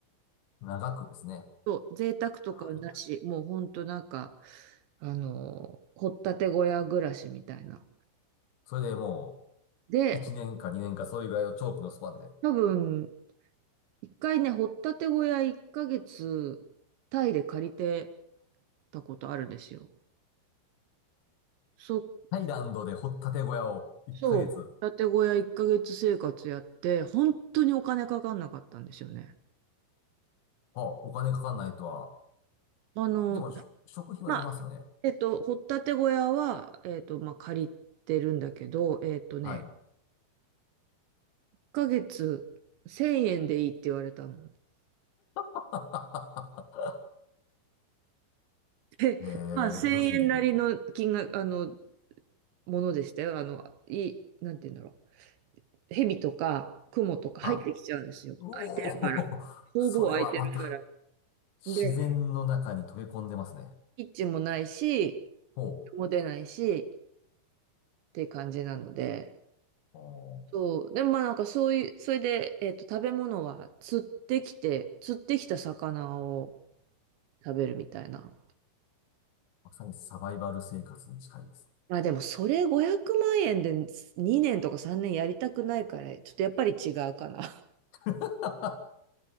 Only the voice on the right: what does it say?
そう、贅沢とかはなし、
もうほんとなんか、あの、掘ったて小屋暮らしみたいな。
で、
多分、一回ね、掘ったて小屋1ヶ月、タイで借りてたことあるんですよ。そ、
そう、掘ったて小屋1ヶ月生活やって、本当にお金かかんなかったんですよね。
あの、
まあ、えっと、掘ったて小屋は、えっと、まあ、借りてるんだけど、えっとね、
1ヶ月1000円でいいって言われたの。
え、<laughs>
まあ、1000円なりの金額、
あの、ものでしたよ。あの、い、なんて言うんだろう。蛇とか、クモとか入ってきちゃうんですよ。
空いてるから。ほぼ空いてるから。
で、キッチンもないし、
人も出ないし、って感じなので。
そう。でもまあなんかそういう、それで、えっと、食べ物は釣ってきて、釣ってきた魚を食べるみたいな。
まあでもそれ500万円で2年とか3年やりたくないから、ちょっとやっぱり違うかな。